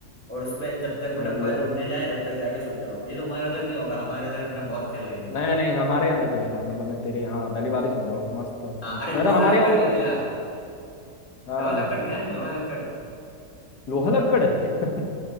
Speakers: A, on the left; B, on the left.
A: और उस पर जब तक वो
B: बढ़िया
A: डब्बा ढूंढने जाए जब तक जाके छुप जाओ ये तुम्हारे उधर नहीं होगा हमारे उधर हमने बहुत खेला ये
B: नहीं नहीं हमारे यहाँ नहीं तो नहीं था मतलब मैं तेरे यहाँ पहली बार ही सुन रहा हूँ मस्त था
A: हाँ अरे
B: मैं
A: लोहा
B: तो हमारे
A: लक्कड़
B: यहाँ वो
A: भी
B: था
A: खेला
B: हाँ
A: लोहा
B: हाँ
A: लक्कड़ ध्यान है लोहा लक्कड़
B: लोहा लक्कड़ है क्या- <laughs>